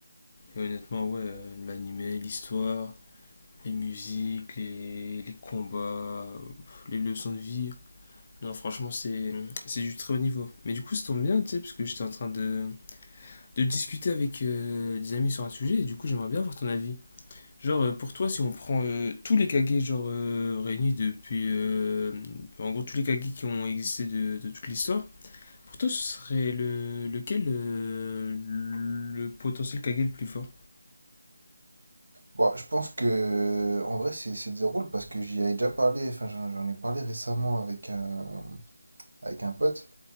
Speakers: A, on the left; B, on the right.
A: et honnêtement, ouais, euh, l'anime, l'animé, l'histoire, les musiques, les, les combats, euh, les leçons de vie, non, franchement, c'est c'est du très haut niveau. Mais du coup, ça tombe bien, tu sais, parce que j'étais en train de, de discuter avec euh, des amis sur un sujet, et du coup, j'aimerais bien avoir ton avis. Genre, euh, pour toi, si on prend euh, tous les kage genre, euh, réunis depuis. euh, en gros, tous les kage qui ont existé de, de toute l'histoire, pour toi, ce serait le, lequel euh, le potentiel kage le plus fort
B: Bon, je pense que... En vrai, c'est c'est des rôles parce que j'y avais déjà parlé. Enfin, j'en j'en ai parlé récemment avec un, avec un pote.